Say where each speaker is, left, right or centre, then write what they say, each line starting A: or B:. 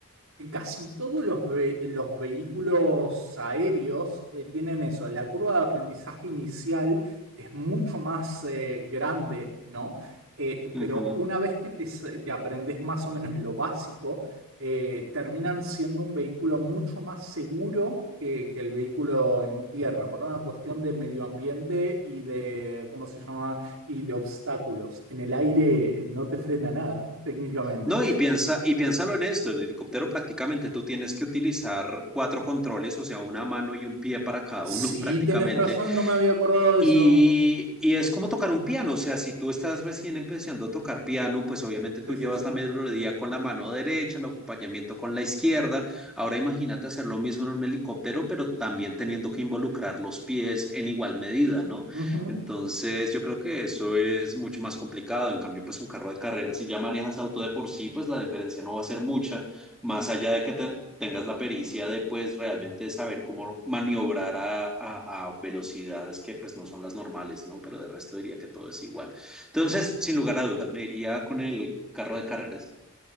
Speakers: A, on the right; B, in the centre.
A: Casi todos los, ve- los vehículos aéreos eh, tienen eso. La curva de aprendizaje inicial es mucho más eh, grande, ¿no? Eh,
B: Ujú.
A: pero una vez que te, sa- te aprendes más o menos lo básico, eh, terminan siendo un vehículo mucho más seguro que, que el vehículo en tierra, por una cuestión de medio ambiente y de, ¿cómo se llama? Y de obstáculos. En el aire no te frena nada, técnicamente.
B: No, y piensa, y piénsalo en esto, el helicóptero prácticamente tú tienes que utilizar cuatro controles, o sea, una mano y un pie para cada
A: Sí,
B: uno <laughs> prácticamente,
A: tenés razón, no me había acordado de eso.
B: Y, y es como tocar un piano, o sea, si tú estás recién empezando a tocar piano, pues obviamente tú
A: Sí,
B: llevas
A: sí, sí.
B: la melodía con la mano derecha, el acompañamiento con la izquierda. Ahora imagínate hacer lo mismo en un helicóptero, pero también teniendo que involucrar los pies en igual medida, ¿no?
A: Ujú.
B: Entonces yo creo que eso es mucho más complicado. En cambio, pues un carro de carreras si ya manejas auto de por sí, pues la diferencia no va a ser mucha más allá de que te- tengas la pericia de pues realmente saber cómo maniobrar a, a- a velocidades que pues no son las normales, ¿no? Pero de resto diría que todo es igual. Entonces, sin lugar a dudas, me iría con el carro de carreras.